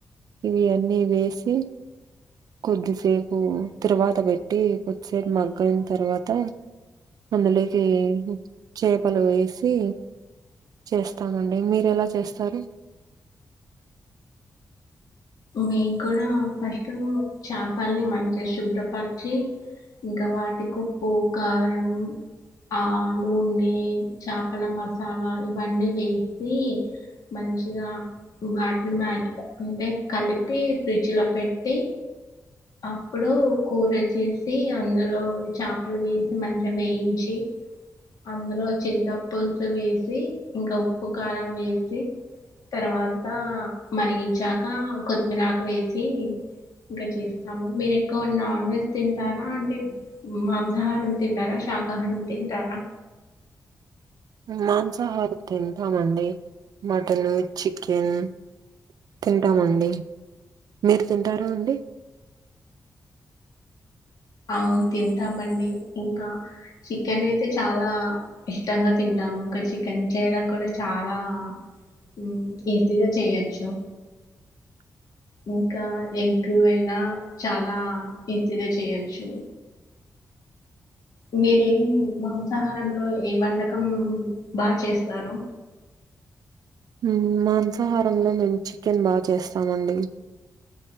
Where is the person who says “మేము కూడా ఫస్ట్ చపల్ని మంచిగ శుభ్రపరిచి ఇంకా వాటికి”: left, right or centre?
Left